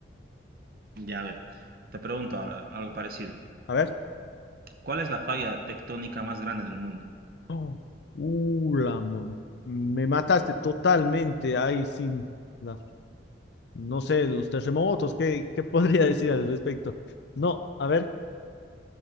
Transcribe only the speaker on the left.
A ver.
Oh, uh, la mam- me mataste totalmente. Ay, sin la- no sé, los terremotos, ¿qué, qué <laughs> podría decir al respecto? No, a ver,